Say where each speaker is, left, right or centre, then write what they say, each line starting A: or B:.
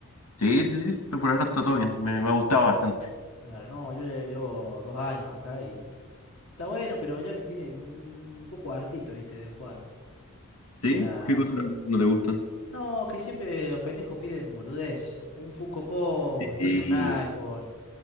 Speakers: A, on the left; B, on the left.
A: sí, sí, sí, pero por ahora está todo bien, me, me ha gustado bastante.
B: Claro, no, yo ya llevo dos años acá y está bueno, pero ya me tiene mm, un poco hartito, ¿viste? De vez en cuando. O
A: ¿Sí?
B: sea,
A: ¿Qué cosas no te gustan?
B: no, que siempre los pendejos piden boludez, un Funko Pop,
A: Sí,
B: quieren un iPhone.